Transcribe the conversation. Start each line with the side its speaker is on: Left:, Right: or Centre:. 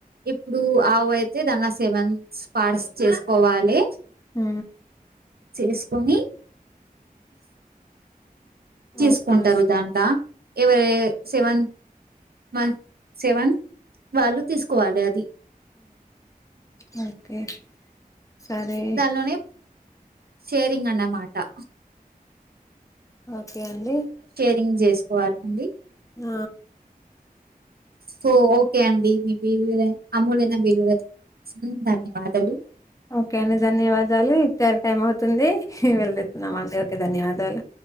Right: ఇప్పుడు ఆవు అయితే దాని సెవెన్స్ పట్స్ చేసుకోవాలి.
Left: ఉ
Right: చేసుకొని తీసుకుంటారు
Left: ఓకే అండి
Right: అదంతా, ఎవరు సెవెన్ వన్ సెవెన్ వాళ్ళు తీసుకోవాలి అది
Left: బకే సారే
Right: దానిలోనే షేరింగ్ అన్న మాటా
Left: ఓకే అండి
Right: రింగ్ చేసుకోవాలండి
Left: ఆ
Right: సో ఓకే అండి మీలు అమూల్యైన విలుగా ధన్యవాదాలు
Left: ఓకే అండి ధన్యవాదాలు ఇచ్చారి టైం అవుతుందిే వెళ్ళితున్నామ అండి ఓకే ధన్యవాదాలు